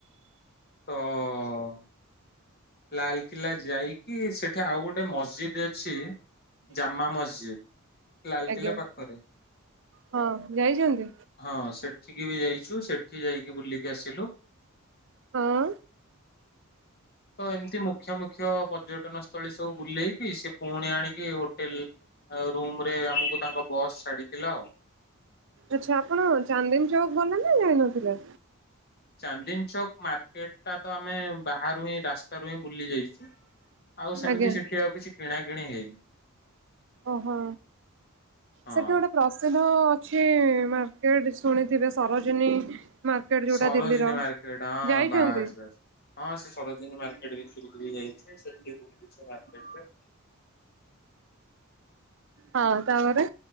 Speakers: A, on the left (about 45°); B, on the right (about 60°).
A: ତ ଲାଲକିଲ୍ଲା ଯାଇକି ସେଠି ଆଉ ଗୋଟେ ମସ୍ଜିଦ୍ ଅଛି ଜାମା ମସଜିଦ୍ ଲାଲକିଲ୍ଲା
B: ଆଜ୍ଞା
A: ପାଖରେ।
B: ହଁ ଯାଇଛନ୍ତି
A: ହଁ ସେଠିକି ବି ଯାଇଛୁ ସେଠି ଯାଇକି ବୁଲିକି ଆସିଲୁ।
B: ହଁ।
A: ତ ଏମିତି ମୁଖ୍ୟ ମୁଖ୍ୟ ପର୍ଯ୍ୟଟନ ସ୍ଥଳୀ ସବୁ ବୁଲେଇକି ସେ ପୁଣି ଆଣିକି ହୋଟେଲ ଆଉ ରୁମରେ ଆମକୁ ତାଙ୍କ ବସ୍ ଛାଡିଦେଲା ଆଉ।
B: ଆଛା ଆପଣ ଚାନ୍ଦିନ ଚୌକ ଗଲେ ନା ଯାଇନଥିଲେ?
A: ଚାନ୍ଦିନ ଚକ ମାର୍କେଟ ଟା ତ ଆମେ ବାହାରୁ ହିଁ ରାସ୍ତାରୁ ହିଁ ବୁଲି ଯାଇଛୁ। ଆଉ ସେମିତି
B: ଆଜ୍ଞା
A: ସେଠି ଆଉ କିଛି କିଣା କିିଣି ହେଇନି।
B: ଓହୋ
A: ହଁ।
B: ସେଠି ଗୋଟେ ପ୍ରସିଦ୍ଧ ଅଛି ମାର୍କେଟ ଶୁଣିଥିବେ ସରୋଜିନୀ ମାର୍କେଟ ଯୋଉଟା
A: ସରୋଜିନୀ
B: ଦିଲ୍ଲୀର
A: ମାର୍କେଟ ହଁ
B: ଯାଇଛନ୍ତି?
A: ବାସ୍ ବାସ୍ ହଁ ସେ ସରୋଜ ସରୋଜିନୀ ମାର୍କେଟ ଭିତରକୁ ଯାଇଚି ସେଠି ବି ବୁଲିଚୁ ମାର୍କେଟ ରେ।
B: ହଁ ତାପରେ